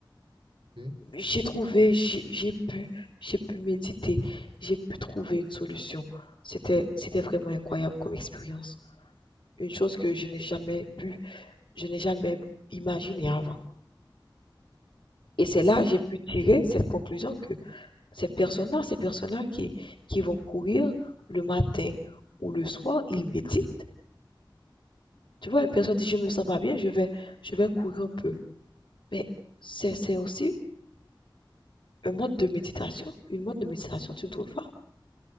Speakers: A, on the right; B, on the left.
A: OK.
B: j'ai trouvé, j'ai j'ai pu, j'ai pu méditer, j'ai pu trouver une solution. C'était, c'était vraiment incroyable comme expérience. Une chose que je n'ai jamais pu je n'ai jamais imaginé avant. Et
A: Ça
B: c'est
A: s-
B: là que j'ai pu tirer cette conclusion que ces personnes-là, ces personnes-là qui, qui vont courir le matin ou le soir, ils méditent. Tu vois, une personne dit, je me sens pas bien, je vais, je vais courir un peu. Mais c'est, c'est aussi Un mode de méditation? Une mode de méditation, tu ne trouves pas?